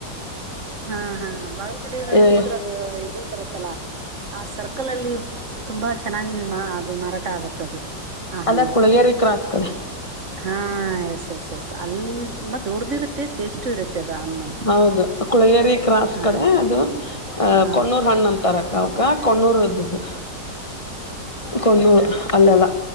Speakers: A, on the right; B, on the left.
A: ಹಾ ಹಾ ಬಾಗಲಕುಡ
B: ಬರ್ತೇನೆ
A: ಕಡೆ ಹೋದ್ರೆ ಅದು ಇದು ಬರುತ್ತೆ ಲ್ಲ ಆ ಸರ್ಕಲ್ ಅಲ್ಲಿ ತುಂಬಾ ಚೆನ್ನಾಗಿ ಅದು ಮಾರಾಟ ಆಗತ್ತ ಅದು ಆ ಹಣ್ಣು
B: ಅದ ಕುಳಗೇರಿ ಕ್ರಾಸ್ ಕಡೆ
A: ಹಾ ಎಸ್ ಎಸ್ ಎಸ್ ಅಲ್ಲಿ ತು ದೊಡ್ದ ಇರುತ್ತೆ ಟೇಸ್ಟ್ ಇರುತ್ತೆ ಅದು ಹಣ್ಣು
B: ಹೌದು ಕುಳಗೇರಿ ಕ್ರಾಸ್
A: ಹಾ
B: ಕಡೆ ಅದು ಅಹ
A: ಹಾ
B: ಕಣ್ಣೂರ್ ಹಣ್ಣ ಅಂತರಕ ಅ ಕೊಣ್ಣೂರುದದು ಕೊಣ್ಣೂರು ಅಲ್ಲೆಲ್ಲ